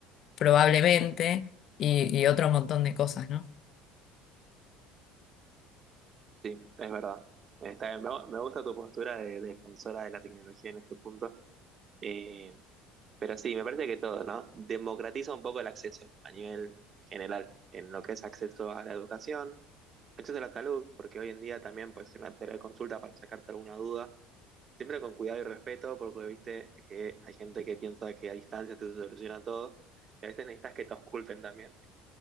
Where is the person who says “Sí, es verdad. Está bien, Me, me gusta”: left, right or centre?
Right